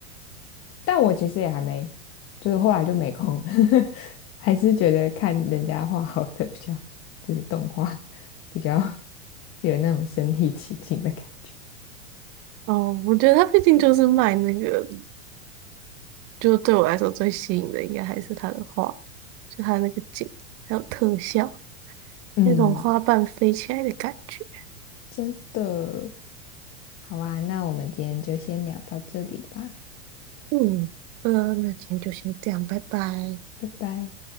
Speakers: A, on the left; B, on the right.
A: 但我其实也还没，就是后来就没空，<laughs> 还是觉得看人家画好的比较，就是动画比较 <laughs> 有那种身临其境的感觉。
B: 哦，我觉得他毕竟就是卖那个，就对我来说最吸引的应该还是他的画，就他那个景，还有特效，
A: 嗯，
B: 那种花瓣飞起来的感觉。
A: 真的。好啊，那我们今天就先聊到这里吧，
B: 嗯，呃，那今天就先这样，拜拜。
A: 拜拜。